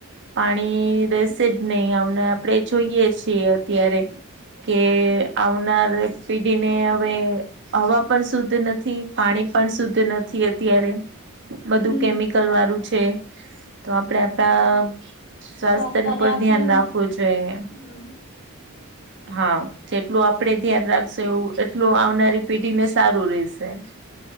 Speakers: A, on the right (about 55°); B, on the left (about 50°).
A: પાણી રહેશે જ નહીં અમને આપણેે જોઈએ છીએ અત્યારે કે આવનાર પેઢીને હવે હવા પણ શુદ્ધ નથી પાણી પણ શુદ્ધ નથી અત્યારે. બધું
B: હમ
A: કેમિકલ વાળું છે તો આપડે આપડા સ્વાસ્થ્ય
B: સ્વાસ્થ્યને
A: નું પણ
B: આપની
A: ધ્યાન રાખવું જોઈએ.
B: હમ
A: હા જેટલું આપડે ધ્યાન રાખશુ એવું એટલું આવનારી પેઢીને સારું રેશે.